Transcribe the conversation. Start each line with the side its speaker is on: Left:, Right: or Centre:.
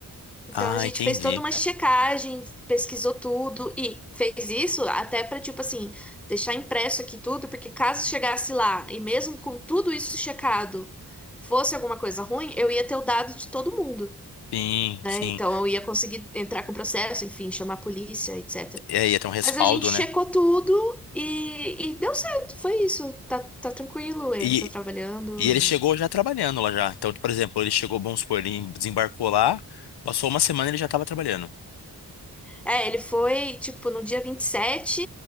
Centre: Então
Left: Ah,
Centre: a gente
Left: entendi.
Centre: fez toda uma checagem, pesquisou tudo e fez isso até para tipo assim, deixar impresso aqui tudo, porque caso chegasse lá e mesmo com tudo isso checado, fosse alguma coisa ruim, eu ia ter o dado de todo mundo,
Left: Sim,
Centre: né?
Left: sim.
Centre: Então eu ia conseguir entrar com o processo, enfim, chamar a polícia, etc.
Left: É, ia ter um respaldo,
Centre: Mas a gente checou
Left: né?
Centre: tudo e, e deu certo, foi isso. Tá, tá tranquilo, ele
Left: E,
Centre: tá trabalhando
Left: e ele
Centre: e
Left: chegou já trabalhando lá já. Então, por exemplo, ele chegou, vamos supor, ele desembarcou lá, passou uma semana e ele já estava trabalhando.
Centre: É, ele foi, tipo, no dia vinte e sete